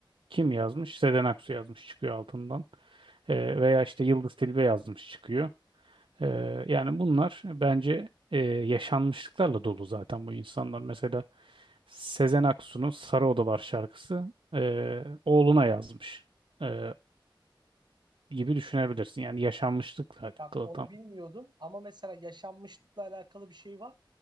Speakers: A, on the right; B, on the right.
A: Kim yazmış? Sezen Aksu yazmış çıkıyor altından. E, veya işte Yıldız Tilbe yazmış çıkıyor. Ee, yani bunlar bence e, yaşanmışlıklarla dolu zaten bu insanlar. Mesela Sezen Aksu'nun Sarı Odalar şarkısı e, oğluna yazmış e, gibi düşünebilirsin. Yani yaşanmışlıkla alakalı
B: Bak onu
A: tam.
B: bilmiyordum ama mesela yaşanmışlıkla alakalı bir şey var.